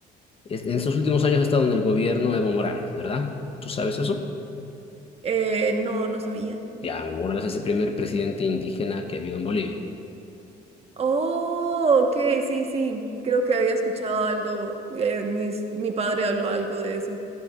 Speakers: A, on the left (about 35°); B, on the right (about 35°).
A: es- en estos últimos años ha estado en el gobierno Evo Morales, ¿verdad? ¿Tú sabes eso?
B: Eh, no, no sabía.
A: Ya, Evo Morales es el primer presidente indígena que ha habido en Bolivia.
B: Oh, ok, sí, sí. Creo que había escuchado algo. eh, mis- mi padre habló algo de eso.